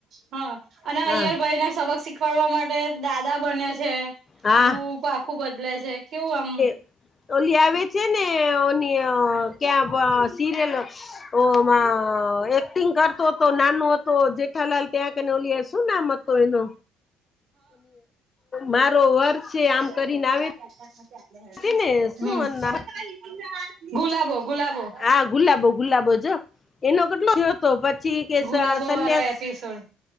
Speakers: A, on the right; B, on the left.
A: હા અને
B: હા
A: અય્યર ભાઈને સબક શીખવાડવા માટે દાદા બને છે,
B: હા
A: રૂપ આખું બદલે છે, કેવું આમ
B: <unintelligible> આવે છે, ને ઓની ક્યાં સિરિયલ ઓમાં એક્ટિંગ કરતો હતો નાનો હતો, જેઠાલાલ ત્યાં કેને ઓલ શું નામ હતું એનો મારો વર
A: હમ્મ
B: છે આમ કરીને આવે
A: <inaudible>
B: હતી ને શું
A: ગુલાબો-ગુલાબો
B: હા ગુલાબો ગુલાબો જો એનો કેટલો થયો હતો પછી કે
A: ગુલાબો
B: સન્યાસ
A: વાળો એપિસોડ